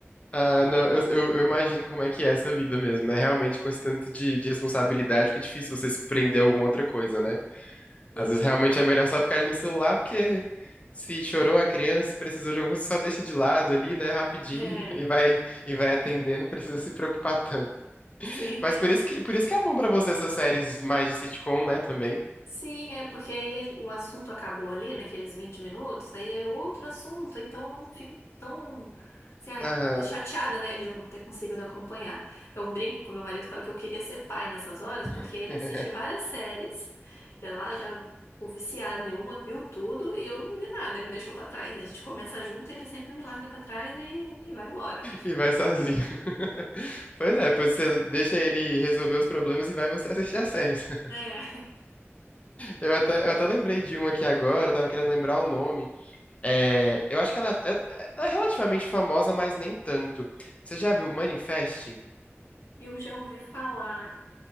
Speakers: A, on the left (about 30°); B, on the left (about 65°).
A: Ah, não, eu, eu- eu imagino como é que é essa vida mesmo, né? Realmente, com esse tanto de, de responsabilidade, fica difícil você se prender a alguma outra coisa, né? Às
B: Sim,
A: vezes realmente é melhor só ficar ali no celular, porque se chorou a criança, precisou de alguma coisa, só deixa de lado ali, né, rapidinho
B: <laughs> é,
A: <laughs> e vai e vai atendendo, não precisa se preocupar tanto.
B: sim.
A: Mas por isso que por isso que é bom pra você essas séries mais de sitcom, né, também.
B: Sim, é porque aí o assunto acabou ali, naqueles 20 minutos, aí é outro assunto, então não fico tão, assim, ai,
A: Aham.
B: chateada, né, de não ter conseguido acompanhar. Eu brinco com meu marido, falo que eu queria ser pai nessas horas, porque
A: <laughs>
B: ele assiste várias séries, já lá já ficou viciado em uma, viu tudo, e eu não vi nada, me deixou pra trás. A gente começa junto, ele sempre me larga pra trás e, e vai embora.
A: E vai sozinho. <laughs> Pois é, depois você deixa ele resolver os problemas e vai você assistir as séries. <laughs>
B: É,
A: Eu até, eu até lembrei de um aqui agora, eu tava querendo lembrar o nome. É, eu acho que ela, é- ela é relativamente famosa, mas nem tanto. Você já viu Manifest?
B: eu já ouvi falar,